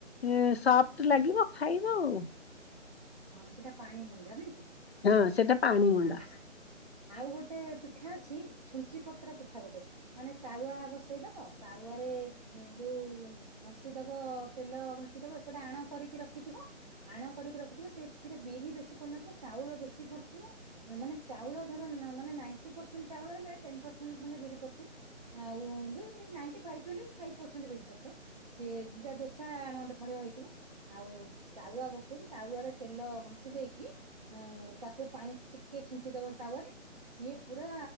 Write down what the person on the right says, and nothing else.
ହଁ ସେଟା ପାଣି ମୁଣ୍ଡା ନାଇଁ କି
ହଁ। ଆଉ ଗୋଟେ ପିଠା ଅଛି ଛୁଞ୍ଚି ପତ୍ର ପିଠା ଗୋଟେ ମାନେ ତାୱା ବସେଇଦବ ତାୱରେ ଦେଇ ଯୋଉ ଘଷିଦବ ତେଲ ଘଷିଦବ ଏପଟେ ଆଣ କରିକି ରଖିଥିବ। ଆଣ କରିକି ରଖି। ସେଥିରେ ବିରି ବେଶୀ ପଡିନଥିବ ଚାଉଳ ବେଶୀ ପଡିଥିବ ମାନେ ଚାଉଳ ଧର ମାନେ ନାଇଣ୍ଟି - <unintelligible> ପର୍ସେଣ୍ଟ ଖଣ୍ଡେ ବିରି ପଡିଥିବ ଆଉ ବି ନାଇଣ୍ଟି ଫାଇଭ କହିଲେ ପାଇଭ୍ ପରସେଣ୍ଟ ବିରି ପଡିଥିବ। ସିଏ ଦଟା ଦୋସା ଆଣ ଭଳିଆ ହେଇଥିବ ଆଉ ତାୱା ବସେଇକି। ତାୱାରେ ତେଲ ଘଷି ଦେଇକି ତାକୁ ପାଣି ଟିକେ ଛିଞ୍ଚି ଦବ ତାୱାରେ ସିଏ। ପୁରା